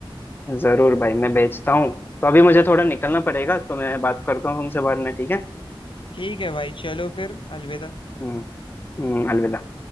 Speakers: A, on the left (about 20°); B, on the left (about 60°).
A: हम्म। जरूर भाई मैं भेजता हूँ तो अभी मुझे थोड़ा निकलना पड़ेगा तो मैं बात करता हूँ तुमसे बाद में ठीक है
B: ठीक है भाई चलो फिर अलविदा
A: हम्म हम्म, अलविदा